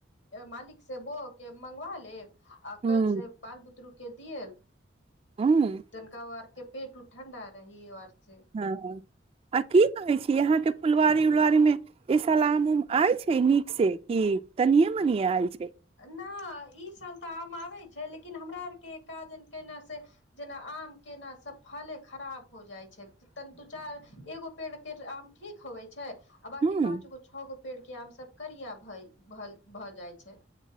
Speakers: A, on the left; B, on the right.
A: मालिक से बो के मंगवा ले आ
B: हूँ
A: कल से बाल बुतरू के दिये
B: हूँ
A: तनिकाआरके पेट उट ठण्डा रही और से
B: हँ हँ आ की कहे छी यहाँ के फुलवारी उलवारी मे ए सला आम उम आय छै नीक से की तनियम मनिए आयल छै
A: नइ ई साल तऽ आम आबै छै लेकिन हमरा आरके काजल केना से जेना आम केना से फले खराब हो जाय छै तनी दू चार एगो पेड़ के आम ठीक हो होय छै आ बाकी
B: हँ
A: पाँच गो छ गो पेड़ के आम सब करिया भऽ जाइ छै